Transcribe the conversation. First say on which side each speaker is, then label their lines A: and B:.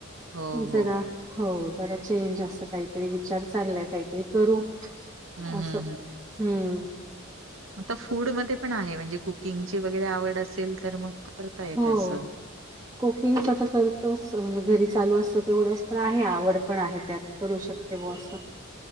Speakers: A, on the right; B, on the right.
A: हो,
B: जरा
A: हो.
B: हो जरा चेंज असं काहीतरी विचार चाललाय काहीतरी करू
A: हं,
B: अस
A: हं,
B: हम्म.
A: हं. आता फूड मध्ये पण आहे म्हणजे कुकिंगची वगैरे आवड असेल तर मग. करता येतं
B: हो.
A: असं.
B: कुकिंगच तर करतो म्हणजे घरी चालू असतं तेवढंच पण आहे आवड पण आहे त्यात. करू शकते बो असं.